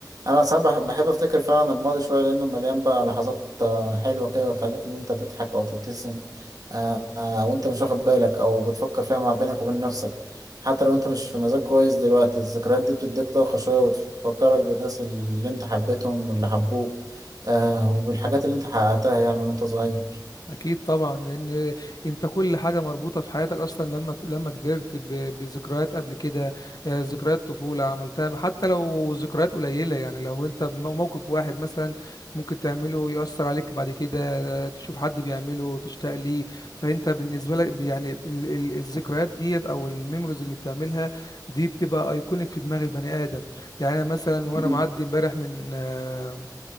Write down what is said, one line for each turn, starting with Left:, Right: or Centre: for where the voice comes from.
Right: انا ساعات بح- بحب افتكر فعلا الماضي شويه لانه مليان بقى لحظات آه، حلوه كده تخليك ان انت تضحك او تبتسم آه، آه، وانت مش واخد بالك او بتفكر فيها مع بينك وبين نفسك حتى لو انت مش في مزاج كويس دلوقتي الذكريات دي بتديك طاقه شويه وتفكرك بالناس اللي انت حبيتهم واللي حبوك آه، وبالحاجات اللي انت حققتها يعني من انت صغير
Left: اكيد طبعا لان انت كل حاجه مربوطه في حياتك اصلا لما لما كبرت ب- بذكريات قبل كده آه، ذكريات طفوله عملتها حتى لو ذكريات قليله يعني لو انت مو- موقف واحد مثلا ممكن تعمله يؤثر عليك بعد كده آه، تشوف حد بيعمله تشتاق ليه فانت بالنسبه لك يعني ال- ال- الذكريات ديت او الميموريز اللي بتعملها دي بتبقى ايكونيك في دماغ البني ادم يعني انا مثلا وانا
Right: مم،
Left: معدي امبارح من آه،